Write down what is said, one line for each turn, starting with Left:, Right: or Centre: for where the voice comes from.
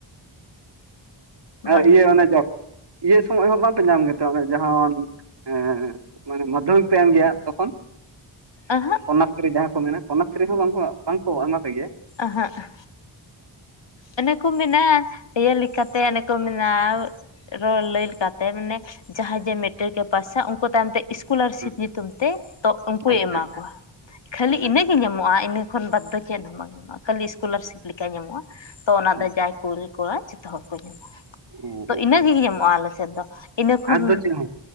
Right: ᱟᱨ
Left: ᱵᱟᱝ
Right: ᱤᱭᱟᱹ ᱚᱱᱮ ᱡᱚ ᱤᱭᱟᱹ ᱥᱚᱢᱚᱭ ᱦᱚᱸ ᱵᱟᱝᱯᱮ ᱧᱟᱢ ᱜᱮᱛᱮ ᱚᱱᱮ ᱡᱟᱦᱟᱱ, ᱦᱮᱸᱻ, ᱢᱟᱱᱮ, ᱢᱟᱫᱽᱫᱷᱚᱢᱤᱠ ᱯᱮ, ᱮᱢ ᱜᱮᱭᱟ ᱾ ᱛᱚᱠᱷᱚᱱ
Left: ᱟᱼᱦᱟᱸᱜ ᱾
Right: ᱠᱚᱱᱱᱟᱠᱥᱨᱤ, ᱡᱟᱦᱟᱸ ᱠᱚ ᱢᱮᱱᱟ ᱾ ᱠᱚᱱᱱᱟᱠᱥᱨᱤ ᱦᱚᱸ, ᱵᱟᱝ, ᱵᱟᱝ ᱠᱚ ᱮᱢᱟ ᱯᱮ ᱜᱮᱭᱟ ᱾
Left: ᱟᱼᱦᱟᱸᱜ ᱾ ᱮᱱᱮ ᱠᱚ, ᱢᱮᱱᱟ ᱤᱭᱟᱹ ᱞᱮᱠᱟᱛᱮ, ᱮᱱᱮ ᱠᱚ ᱢᱮᱱᱟ ᱾ ᱨᱚᱲ ᱞᱟᱹᱭ ᱞᱮᱠᱟᱛᱮ, ᱢᱟᱱᱮ! ᱡᱟᱦᱟᱸᱭ ᱡᱮ, ᱢᱮᱴᱨᱤᱠ ᱮ ᱯᱟᱥᱟ ᱾ ᱩᱱᱠᱩ ᱛᱟᱭᱚᱢ ᱛᱮ, ᱤᱥᱠᱩᱞᱟᱨᱥᱤᱯ
Right: ᱦᱩᱸ
Left: ᱧᱩᱛᱩᱢ ᱛᱮ, ᱴᱚᱠᱚᱢ ᱠᱚ
Right: ᱟᱪᱪᱷᱟ
Left: ᱮᱢᱟᱢᱟ
Right: ᱦᱮᱸ
Left: ᱾ ᱠᱷᱟᱹᱞᱤ ᱤᱱᱟᱹ
Right: ᱟᱪᱪᱷᱟ
Left: ᱜᱮ, ᱧᱟᱢᱚᱜᱼᱟ ᱤᱱᱟᱹ ᱾ ᱠᱷᱚᱱ ᱵᱟᱫᱽ ᱫᱚ, ᱪᱮᱫ ᱦᱚᱸ ᱵᱟᱝ ᱧᱟᱢᱚᱜᱼᱟ ᱾ ᱠᱷᱟᱹᱞᱤ ᱤᱥᱠᱩᱞᱟᱨᱥᱤᱯ ᱞᱮᱠᱟ ᱧᱟᱢᱚᱜᱼᱟ ᱾ ᱧᱟᱢᱚᱜᱼᱟ ᱾ ᱛᱚ ᱚᱱᱟ
Right: ᱟᱪᱪᱷᱟ
Left: ᱫᱚ, ᱡᱟᱭ ᱠᱳᱞ ᱠᱚᱣᱟ ᱡᱷᱚᱛᱚ ᱦᱚᱲ ᱠᱚ, ᱧᱟᱢᱟ ᱾
Right: ᱚ
Left: ᱛᱚ, ᱤᱱᱟᱹᱜᱮ, ᱧᱟᱢᱚᱜᱼᱟ ᱾ ᱟᱞᱮ ᱥᱮᱫ ᱫᱚ ᱾ ᱤᱱᱟᱹ ᱠᱷᱚᱱ,
Right: ᱟᱨ ᱫᱚ ᱪᱮᱫ ᱦᱚᱸ